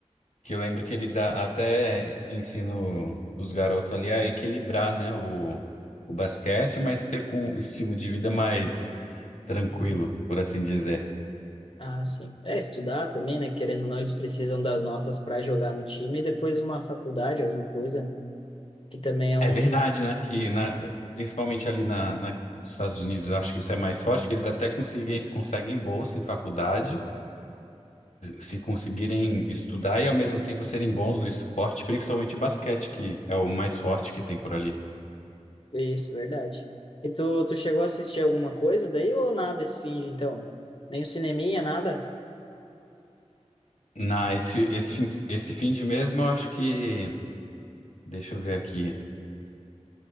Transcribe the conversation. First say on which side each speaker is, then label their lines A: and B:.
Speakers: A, on the left (about 80°); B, on the left (about 50°).
A: Que eu lembro que eles a- até ensinam os garotos ali a equilibrar, né, o, o basquete, mas ter com o estilo de vida mais tranquilo,
B: Hum.
A: por assim dizer.
B: Ah, sim. É estudar também, né? Querendo ou não, eles precisam das notas para jogar no time e depois uma faculdade, alguma coisa, né? Que também é
A: É
B: um,
A: verdade, né, que na- principalmente ali na, na- nos Estados Unidos, eu acho que isso é mais forte, que eles até conseguem, conseguem bolsa em faculdade, se conseguirem estudar e ao mesmo tempo serem bons no esporte, principalmente basquete, que é o mais forte que tem por ali.
B: Isso, verdade. E tu, tu chegou a assistir alguma coisa daí ou nada esse fim de então? Nem um cineminha, nada?
A: Na, esse, esse fim, de- esse fim de mesmo, eu acho que, deixa eu ver aqui.